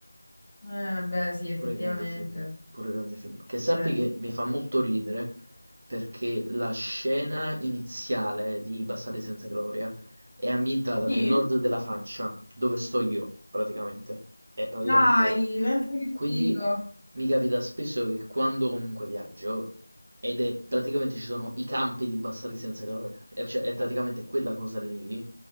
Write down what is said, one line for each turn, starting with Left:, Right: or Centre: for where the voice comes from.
Left: Eh, beh, sì, effettivamente.
Right: Pure grande film, pure grande film. Che sappi
Left: Beh.
Right: che mi fa molto ridere perché la scena iniziale di Bastardi senza gloria è ambientata
Left: Sì?
Right: nel nord della Francia, dove sto io, praticamente. È praticamente...
Left: Dai, pensa che
Right: Quindi
Left: figo.
Right: mi capita spesso che quando comunque viaggio, ed è praticamente ci sono i campi di Bastardi senza gloria, è, cioè, è praticamente quella cosa lì,